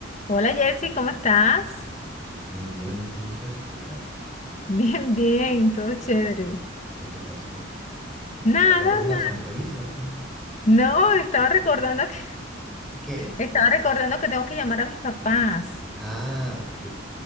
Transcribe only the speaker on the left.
Hola Jersey, ¿cómo estás?
<laughs> Bien, bien, todo chévere.
Nada,
nada.
No, estaba recordando que
estaba recordando que tengo que llamar a mis papás.